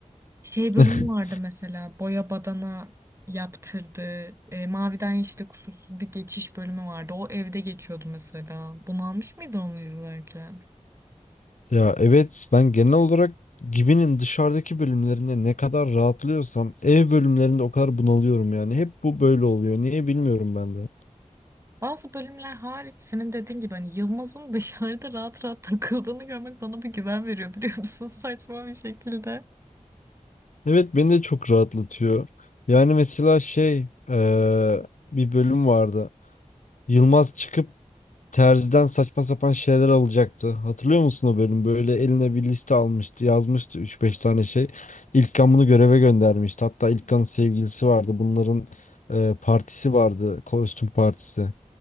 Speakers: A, on the right; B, on the left.
A: Şey bölümü
B: <laughs>
A: vardı mesela boya badana yaptırdığı e, maviden yeşile kusursuz bir geçiş bölümü vardı. O evde geçiyordu mesela. Bunalmış mıydın onu izlerken?
B: Ya evet ben genel olarak Gibi'nin dışarıdaki bölümlerinde ne kadar rahatlıyorsam ev bölümlerinde o kadar bunalıyorum yani. Hep bu böyle oluyor. Niye bilmiyorum ben de.
A: Bazı bölümler hariç senin dediğin gibi hani Yılmaz'ın <laughs> dışarıda rahat rahat takıldığını görmek bana bir güven veriyor biliyor musun? <laughs> Saçma bir şekilde.
B: Evet beni de çok rahatlatıyor. Yani mesela şey eee, bir bölüm vardı. Yılmaz çıkıp terziden saçma sapan şeyler alacaktı. Hatırlıyor musun o bölüm? Böyle eline bir liste almıştı, yazmıştı üç beş tane şey. İlkan bunu göreve göndermişti. Hatta İlkan'ın sevgilisi vardı. Bunların eee, partisi vardı. Kostüm partisi.